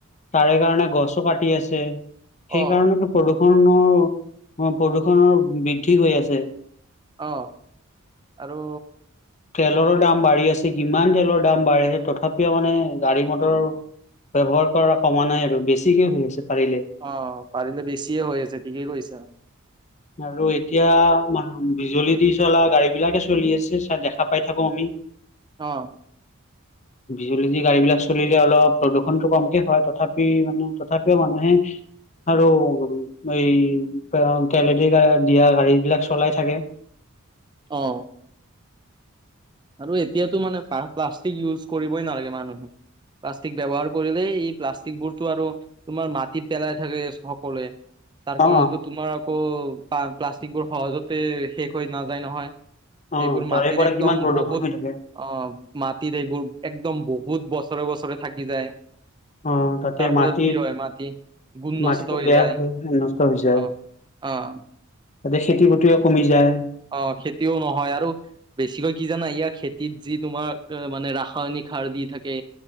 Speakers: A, on the left; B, on the right.
A: তাৰে কাৰণে গছো কাটি আছে।
B: অ
A: সেইকাৰণেতো প্ৰদূষণৰ প্ৰদূষণৰ বৃদ্ধি হৈ আছে্
B: অ আৰু
A: তেলৰ দাম বাঢ়ি আছে কিমান তেলৰ দাম বাঢ়ি আছে তথাপিও মানে গাড়ী মটৰৰ ব্যৱহাৰ কৰা কমা নাই আৰু বেছিকে হৈ আছে। পাৰিলে
B: অ পাৰিলে বেছিয়ে হৈ আছে ঠিকেই কৈছা।
A: আৰু এতিয়া মান বিজুলী দি চলা গাড়ী বিলাকে চলি আছে চাই দেখা পাই থাকো আমি।
B: অ
A: বিজুলী দি গাড়ী বিলাক চলিলে অলপ প্ৰদূষণতটো কমকে হয় তথাপি মানে তথাপিও মানুহে আৰু এই তেলে দি দিয়া গাড়ী বিলাক চলাই থাকে।
B: অহ আৰু এতিয়াতো মানে প্লাষ্টিক ইউজ কৰিবই নালাগে মানুহে, প্লাষ্টিক ব্যৱহাৰ কৰিলেই ই প্লাষ্টিক বোৰতো আৰু তোমাৰ মাটিত পেলাই থাকে সকলোৱে তাৰ
A: অ
B: কাৰণেটো তোমাৰ আকৌ, পা প্লাষ্টিকবোৰ সহজতে শেষ হৈ নাযায় নহয়,
A: অ
B: সেইবোৰ
A: তাৰে
B: মাটিত
A: পৰা
B: একদম
A: কিমান প্ৰদূষণ
B: ক'ত,
A: হৈ থাকে
B: অ মাটিত এইবোৰ একদম বহুত বছৰে বছৰে থাকি যায়।
A: অ তাতে
B: তাৰফলত
A: মাটিত
B: কি হয় মাটি গুণ নষ্ট
A: মাটিটো
B: হৈ
A: বেয়া
B: যায়।
A: হৈ নষ্ট হৈ যায়
B: অহ অহ
A: তাতে খেতি বাতিও কমি যায়।
B: অহ খেতিও নহয় আৰু বেছিকৈ কি জানা ইয়াৰ খেতিত যি তোমাৰ মানে ৰাসায়নিক সাৰ আৰু দি থাকে,